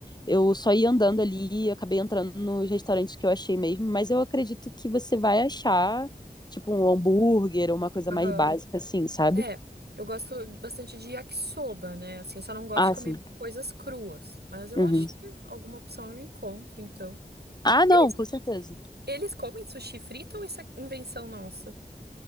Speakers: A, on the left; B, on the right.
A: eu só ia andando ali e acabei entrando nos restaurantes que eu achei mesmo, mas eu acredito que você vai achar, tipo, um hambúrguer ou uma coisa
B: Aham.
A: mais básica, assim, sabe?
B: É, eu gosto bastante de yakisoba, né? Assim, eu só não gosto
A: Ah,
B: de comer
A: sim.
B: coisas cruas, mas eu
A: Uhum.
B: acho que alguma opção eu encontro, então.
A: Ah, não,
B: Eles,
A: com certeza.
B: eles comem sushi frito ou isso é invenção nossa?